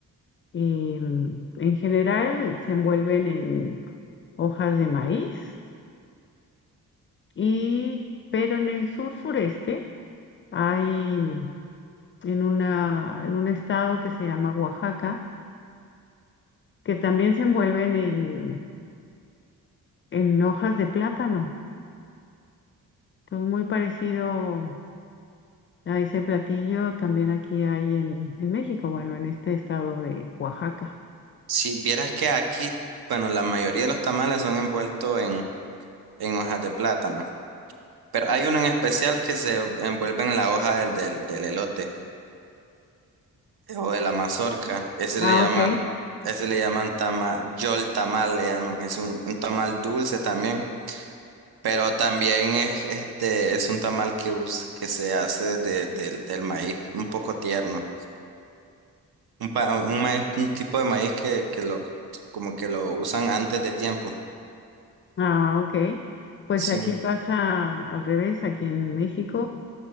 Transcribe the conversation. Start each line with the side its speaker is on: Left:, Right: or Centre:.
Left: y mm, en general se envuelven en hojas de maíz y pero en el sur sureste hay mm, en una en un estado que se llama Oaxaca que también se envuelven en en hojas de plátano. Entonces muy parecido a ese platillo también aquí hay en en México, bueno, en este estado de Oaxaca.
Right: Si vieras que aquí, bueno, la mayoría de los tamales son envueltos en, en hojas de plátano. Pero hay uno en especial que se envuelve en la hoja del, del, del elote. O de la mazorca. Ese
Left: Ah,
Right: le llaman,
Left: ok.
Right: ese le llaman tamal, yol tamal le llaman. Es un, un tamal dulce también. Pero también es, este, es un tamal que, us- que se hace de, del del maíz, un poco tierno. Un, pa- un, maíz- un tipo de maíz que, que lo, como que lo usan antes de tiempo.
Left: Ah, ok. Pues
Right: Sí.
Left: aquí pasa al revés, aquí en México